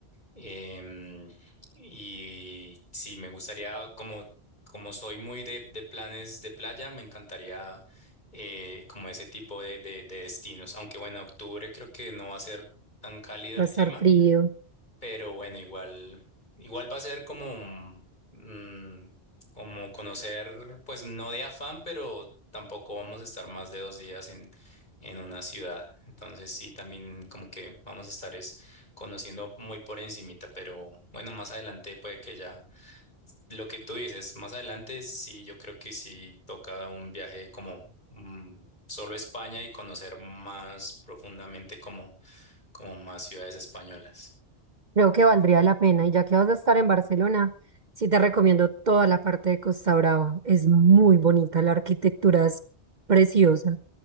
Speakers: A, on the left; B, on the right.
A: Em, y sí, me gustaría, como, como soy muy de, de planes de playa, me encantaría eh, como ese tipo de, de- de destinos. Aunque bueno, octubre creo que no va a ser tan cálido el
B: va a
A: clima,
B: estar frío,
A: pero bueno, igual, igual va a ser como, mm, mm, como conocer, pues no de afán, pero tampoco vamos a estar más de dos días en, en una ciudad. Entonces sí, también como que vamos a estar es conociendo muy por encimita, pero bueno, más adelante puede que ya. Lo que tú dices, más adelante sí, yo creo que sí toca un viaje como mm, solo a España y conocer más profundamente como, como más ciudades españolas.
B: creo que valdría la pena y ya que vas a estar en Barcelona, sí te recomiendo toda la parte de Costa Brava, es muy bonita, la arquitectura es preciosa.